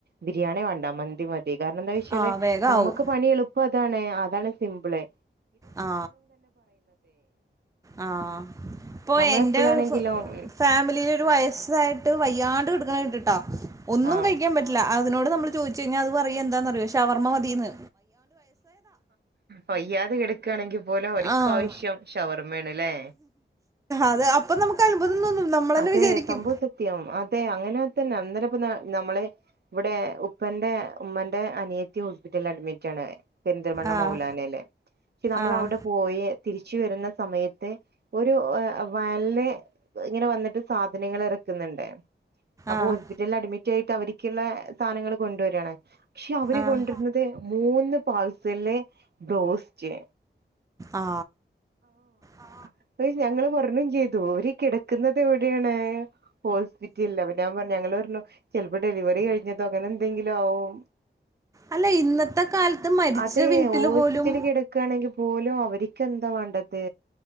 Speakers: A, on the right; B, on the right.
A: ബിരിയാണി വേണ്ട മന്തി മത് തി കാരണം എന്താ വെച്ചാല്
B: ആ വേഗാവും
A: നമുക്ക് പണി എളുപ്പതാണ് അത് അതാണ് സിംമ്പിള്
B: ആ ആ ഇപ്പൊ
A: നമ്മളെപ്പോഴാണെങ്കിലും
B: എന്റെ ഫ് ഫാമിലീല് ഒരു വയസ്സായിട്ട് വയ്യാണ്ട് കെടുക്ക്ണ ‌ ഇണ്ട്ട്ട് <unintelligible> ഒന്നും
A: ആഹ്
B: കഴിക്കാൻ പറ്റില്ല അത് അതിനോട് നമ്മൾ ചോദിച്ച് കഴിഞ്ഞാ അത് പറയാ എന്താന്നറിയോ ശവർമ്മ മതീന്ന്
A: വയ്യാതെ കിടക്ക് ‌ആണെങ്കി പോലെ അവര്ക്കു
B: ആഹ്
A: ആവശ്യം ഷവർമ്മയാണ് ല്ലേ
B: അത് അപ്പൊ നമുക്ക് അത്ഭുതം തോന്നും നമ്മളന്നെ
A: അതെ
B: വിചാരിക്കും
A: സംഭവം സത്യം അതെ അങ്ങനെ തന്നെ അന്നേരം ഇപ്പ നമ്മള് ഇവിടെ ഉപ്പന്റെ ഉമ്മന്റെ അനിയത്തി ഹോസ്പിറ്റല് അഡ്മിറ്റ് ആണ് പെരുന്തൽമണ്ണ
B: ആഹ്
A: മൗലാനേൽ പക്ഷെ നമ്മൾ
B: ആഹ്
A: അവിടെ പോയി തിരിച്ച് വരുന്ന സ സമയത്ത് ഒരു <unintelligible> ഇങ്ങനെ വന്നിട്ട് സാധനങ്ങൾ ഇറക്ക്‌ന്ന്ണ്ട് അപ്പൊ
B: ആഹ്
A: ഹോസ്പിറ്റല് അഡ്മി ക്കെയായിട്ട് അവര്ക്ക്‌ള്ള സാനങ്ങള് കൊണ്ടുവര് ആണ് പക്ഷെ അവര്
B: ആഹ്
A: കൊണ്ടരുന്നത് മൂന്ന് പാർസല് ബ്രോസ്റ്റ്
B: ആ ആ
A: അപ്പഴ് ഞങ്ങള് പറഞ്ഞും ചെയ്തു ഓര് കെടക് ക്ക്‌ന്നത് എവിടെയാണ് ഹോസ്പ്പിറ്റലിലാ അപ്പോ ഞാൻ പറഞ്ഞു ഞങ്ങള് പറഞ്ഞു ചിലപ്പോ ഡെലിവറി കഴിഞ്ഞതോ അങ്ങനെ എന്തെങ്കിലു ആവും
B: അല്ല ഇന്നത്തെ കാലത്ത് മരിച്ച
A: അതെ
B: വീട്ടില്
A: ഹോസ്റ്റല്
B: പോലും
A: കിടക്കുകയാണെങ്കിൽ പോലും അവർക്ക് എന്താ വേണ്ടത്